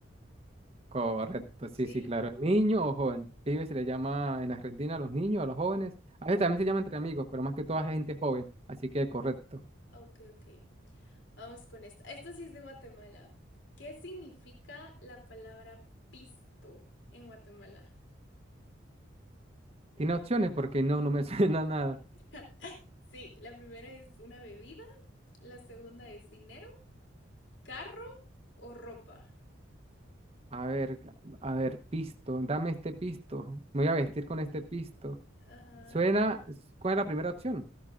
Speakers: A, on the right; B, on the left.
A: Correcto, sí,
B: Sí.
A: sí, claro. ¿Niño o joven? Pibe se le llama en Argentina a los niños, a los jóvenes. A veces también se llama entre amigos, pero más que todo a gente joven. Así que correcto.
B: Ok, ok. Vamos con esta. Esta sí es de Guatemala. ¿Qué significa la palabra pisto en Guatemala?
A: ¿Tiene opciones? Porque no, no me <laughs> suena nada.
B: <laughs> Sí, la primera es una bebida, la segunda es dinero, carro o ropa.
A: A ver, ca- a ver, pisto. Dame este pisto. Me voy a vestir con este pisto.
B: Ajá.
A: Suena, ¿cuál es la primera opción?